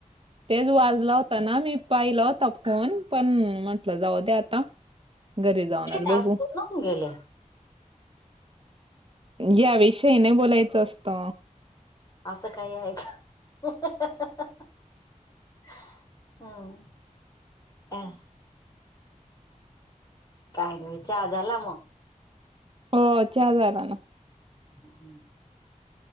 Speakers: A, on the right (about 45°); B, on the left (about 30°).
A: तेच वाजलाव त्याना मी पाहिला होता फोन पण म्हंटलं जाऊद्या आता घरी जाऊनच
B: टास्क
A: बघू
B: पूर्ण होऊन गेले
A: या विषयी नाय बोलायचं असतं.
B: असं काही हाय का? हा हा हा हा. हम. आह. काई नाई चा झाला मग?
A: हो चहा झाला ना.
B: हम्.